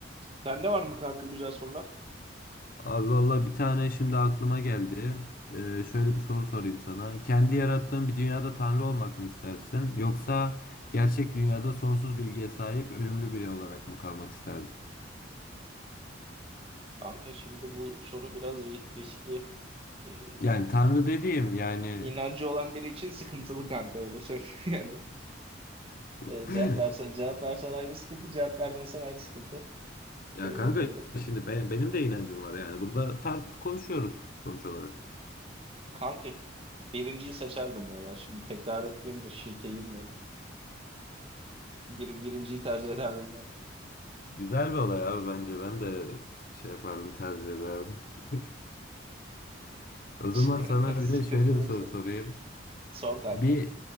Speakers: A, on the right; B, on the left.
A: Sende var mı kanka güzel sorular?
B: Abi valla bir tane şimdi aklıma geldi. Ee, şöyle bir soru sorayım sana. Kendi yarattığın bir dünyada tanrı olmak mı istersin? Yoksa gerçek dünyada sonsuz bilgiye sahip ölümlü biri olarak mı kalmak isterdin?
A: Kanka şimdi bu soru biraz ri- riskli. Ee,
B: Yani
A: Yani
B: tanrı dediğim yani...
A: inancı olan biri için sıkıntılı kanka öyle söyleyeyim <laughs> yani.
B: <laughs>
A: Ee, cevap versen cevap versen ayrı sıkıntı, cevap vermesen ayrı sıkıntı.
B: Ya
A: Ee,
B: kanka şimdi be- benim de inancım var yani. Burada tart konuşuyoruz sonuç olarak.
A: kanka birinciyi seçerdim ya ben. Şimdi tekrar etmeyeyim de şirke girmeyelim. Bir, birinciyi tercih ederdim ben.
B: Güzel bir olay abi bence. Ben de şey yapardım tercih ederdim. <laughs> O zaman
A: <laughs>
B: sana
A: Sıkıntılı
B: bir de şöyle bir soru
A: soru.
B: sorayım.
A: Sor kanka.
B: Bir